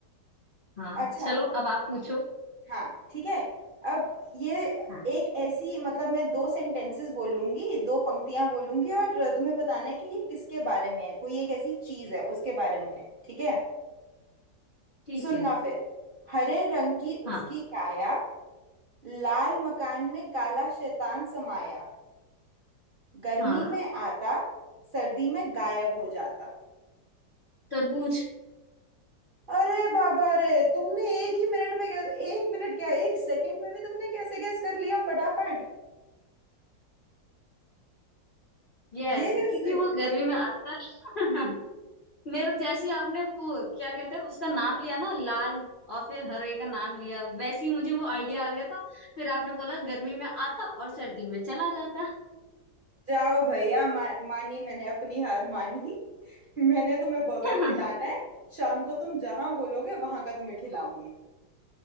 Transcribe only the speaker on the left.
हाँ
चलो अब आप पूछो
हाँ
ठीक
है
हाँ
हाँ
तरबूज
यस
क्योंकि वो गर्मी में आता है <laughs> मेरे जैसी आपने वो क्या कहते हैं उसका नाम लिया ना लाल और फिर हरे का नाम लिया वैसे ही मुझे वो आइडिया आ गया था फिर आपने बोला गर्मी में आता और सर्दी में चला जाता
<laughs>